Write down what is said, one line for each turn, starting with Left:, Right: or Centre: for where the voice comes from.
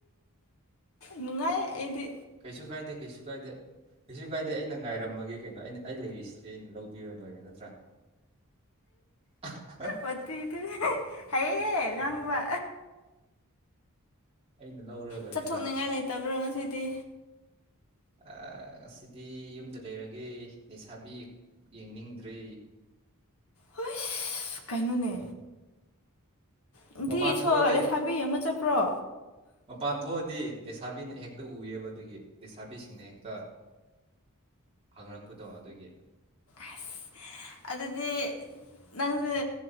Left: ꯅꯨꯡꯉꯥꯏ ꯑꯩꯗꯤ
Right: ꯀꯩꯁꯨ ꯀꯥꯏꯗꯦ ꯀꯩꯁꯨ ꯀꯥꯏꯗꯦ ꯀꯩꯁꯨ ꯀꯥꯏꯗꯦ ꯑꯩꯅ ꯉꯥꯏꯔꯝꯃꯒꯦ ꯀꯩꯅꯣ ꯑꯩꯅ ꯑꯩ ꯂꯩꯔꯤꯁꯤꯗꯤ ꯑꯩꯅ ꯂꯧꯕꯤꯔ ꯂꯣꯏꯔꯦ ꯅꯠꯇ꯭ꯔꯥ <unintelligible>
Left: ꯋꯥꯊꯤꯗꯤ ꯍꯩꯍꯦ ꯉꯥꯡꯕ
Right: ꯑꯩꯅ ꯂꯧꯔ ꯂꯣꯏꯔꯦꯗꯥ
Left: ꯆꯠꯊꯣꯛꯅꯤꯡꯉꯥꯏ ꯂꯩꯇꯕ꯭ꯔꯣ ꯉꯁꯤꯗꯤ
Right: ꯎꯁꯁ ꯉꯁꯤꯗꯤ ꯌꯨꯝꯗ ꯂꯩꯔꯒꯦ ꯂꯩꯁꯥꯕꯤ ꯌꯦꯡꯅꯤꯡꯗ꯭ꯔꯦ
Left: ꯍꯣꯏꯁ ꯑꯁ ꯀꯩꯅꯣꯅꯦ ꯅꯨꯡꯇꯤꯒꯤꯁꯨ
Right: ꯃꯄꯥꯟ ꯊꯣꯛꯑꯗꯤ
Left: ꯂꯩꯁꯥꯕꯤ ꯌꯦꯡꯕ ꯆꯠꯄ꯭ꯔꯣ
Right: ꯄꯥꯟꯊꯣꯛꯑꯗꯤ ꯂꯩꯁꯥꯕꯤꯅ ꯍꯦꯛꯇ ꯎꯏꯌꯦꯕ ꯑꯗꯨꯒꯤ ꯂꯩꯁꯥꯕꯤꯁꯤꯡꯅ ꯍꯦꯛꯇ ꯍꯪꯔꯛꯄꯗꯣ ꯑꯗꯨꯒꯤ
Left: ꯑꯁ ꯑꯗꯨꯗꯤ ꯅꯪꯁꯦ